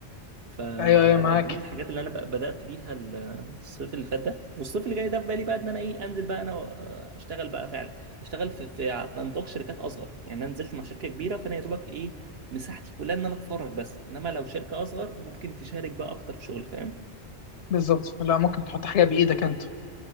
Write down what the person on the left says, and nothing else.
ايوه ايوه معاك
بالظبط لا ممكن تحط حاجه بايدك انت